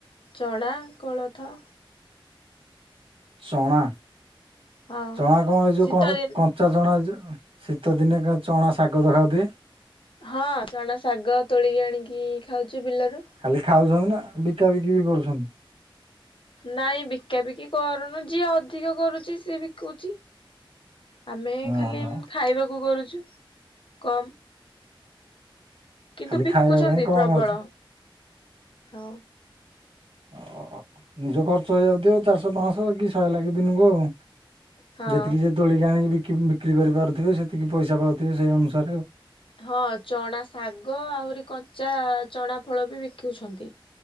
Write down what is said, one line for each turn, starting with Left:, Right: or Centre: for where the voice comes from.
Left: ଚଣା, କୋଳଥ।
Right: ଚଣା
Left: ହଁ
Right: ଚଣା କଁ ଏଇଯୋଉ
Left: ଶୀତ
Right: କଁ
Left: ଦିନ
Right: କ ଞ୍ଚା ଜଣା ଏଯୋଉ ଶୀତଦିନେ ଚଣା ଶାଗ ତ ଖାଉଥିବେ?
Left: ହଁ ଚଣା ଶାଗ ତୋଳିକି ଆଣିକି ଖାଉଚୁ ବିଲରୁ।
Right: ଖାଲି ଖାଉଛନ୍ତି ନା ବିକା ବିକି ବି କରୁଛନ୍ତି?
Left: ନାଇଁ ବିକା ବିକି କରୁନୁ ଯିଏ ଅଧିକ କରୁଚି, ସିଏ ବିକୁଚି। ଆମେ ଖାଲି
Right: ଓହୋ
Left: ଏମ୍ ଖାଇବାକୁ କରୁଛୁ କମ୍। କିନ୍ତୁ
Right: ଖାଲି
Left: ବିକୁଚନ୍ତି
Right: ଖାଇବା ପାଇଁ କମ
Left: ପ୍ରବଳ
Right: ହଉଛି
Left: ହଁ।
Right: ଓ ନିଜ ଖର୍ଚ୍ଚ ହେଇଯାଉଥିବ ଚାରିଶହ ପାଁଶହ କି ଶହେ ଲାଖେ ଦିନକୁ ଆଉ।
Left: ହଁ
Right: ଯେତିକି ଯିଏ ତୋଳିକି ଆଣିକି ବିକି ବିକ୍ରି କରିପାରୁଥିବେ ସେତିକି ପଇସା ପାଉଥିବେ ସେଇ ଅନୁସାରେ ଆଉ।
Left: ହଁ ଚଣା ଶାଗ ଆହୁରି କଞ୍ଚା ଚଣା ଫଳ ବି ବିକୁଛନ୍ତି।